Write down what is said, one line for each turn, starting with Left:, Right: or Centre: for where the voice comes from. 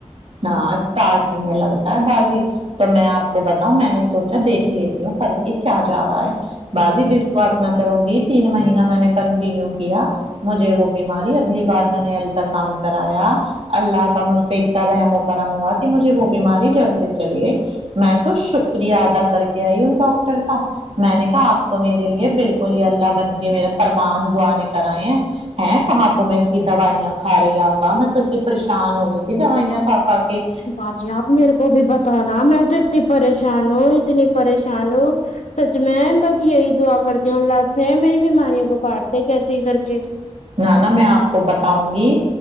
Right: ہاں اسٹارٹنگ میں لگتا ہے باجی تو میں آپ کو بتاؤ میں نے سوچا دیکھ لیتی ہوں کر کے کیا جا رہا ہے باجی کرو گی تین مہینہ میں نے کنٹینیو کیا مجھے وہ بیماری اگلی بار میں نے الٹراساؤنڈ کرایا اللہ کا مجھ پہ رحم و کرم ہوا کہ مجھے وہ بیماری جڑ سے چلی گئی میں تو شکریہ ادا کر کے آئی ان ڈاکٹر کا میں نے کہا آپ تو میرے لیے بالکل اللہ بن کے میرا پرمان دعا نے کرائے ہیں ہ کہاں تو میں اتنی دوائییا کھا رہے آپا میں تو اتنی پریشان ہو گئی دوائیا کھا کھا کے
Left: باجی آپ میرے کو بھی بتانا میں تو اتنی پریشان ہوں اتنی پریشان ہوں سچ میں بس یہی دعا کرتی ہوں اللہ سے میری بیماریوں کو کاٹتے کیسے ہی کر کے
Right: نہ نہا میں آپ کو بتاؤں گی